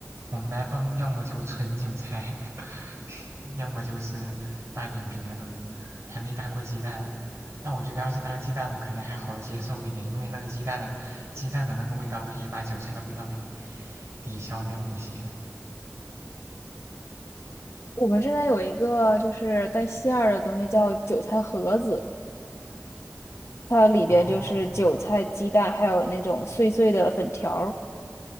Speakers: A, on the right; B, on the left.
A: 我们南方要么就纯韭菜，<laughs> 要么就是搭点别的，还没搭过鸡蛋。但我觉得要是搭鸡蛋，我可能还好接受一点，因为那个鸡蛋，鸡蛋的那个味道可以把韭菜的味道给抵消掉一些。
B: 我们这边有一个就是带馅儿的东西叫韭菜盒子，它里边就是韭菜、
A: 哦，
B: 鸡蛋，还有那种碎碎的粉条儿，